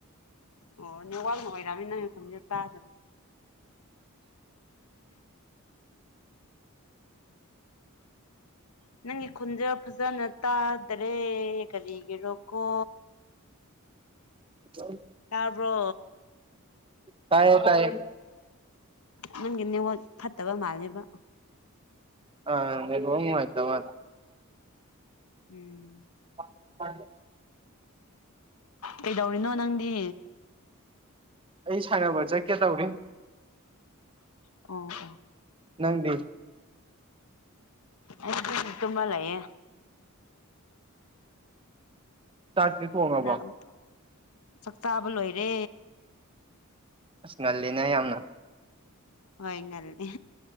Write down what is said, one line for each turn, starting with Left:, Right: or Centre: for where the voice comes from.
Left: ꯑꯣ ꯅꯦꯋꯥꯛꯅ ꯑꯣꯏꯔꯝꯅꯤ ꯅꯪ ꯅꯈꯣꯟ ꯇꯥꯗꯕ ꯅꯪꯒꯤ ꯈꯨꯟꯖꯦꯜ ꯐꯖꯅ ꯇꯥꯗ꯭ꯔꯦ ꯀꯔꯤꯒꯤꯔꯣꯀꯣ
Right: <unintelligible>
Left: ꯇꯥꯕ꯭ꯔꯣ
Right: ꯇꯥꯏꯌꯦ ꯇꯥꯏꯌꯦ
Left: ꯅꯪꯒꯤ ꯅꯦꯋꯥꯛ ꯐꯠꯇꯕ ꯃꯥꯜꯂꯦꯕ
Right: ꯑ ꯅꯦꯠꯋꯥꯛ ꯅꯨꯡꯉꯥꯏꯇ ꯃꯥꯜ
Left: ꯎꯝ
Right: <unintelligible>
Left: ꯀꯩꯗꯧꯔꯤꯅꯣ ꯅꯪꯗꯤ
Right: ꯑꯩ ꯁꯥꯟꯅꯕ ꯆꯠꯀꯦ ꯇꯧꯔꯤ
Left: ꯑꯣ ꯑꯣ
Right: ꯅꯪꯗꯤ
Left: ꯑꯩꯗꯤ ꯇꯨꯝꯃ ꯂꯩꯌꯦ
Right: ꯆꯥꯛꯇꯤ ꯊꯣꯡꯉꯕꯣ
Left: <unintelligible> ꯆꯥꯛ ꯆꯥꯕ ꯂꯣꯏꯔꯦ
Right: ꯑꯁ ꯉꯜꯂꯤꯅ ꯌꯥꯝꯅ
Left: ꯍꯣꯏ ꯉꯜꯂꯤ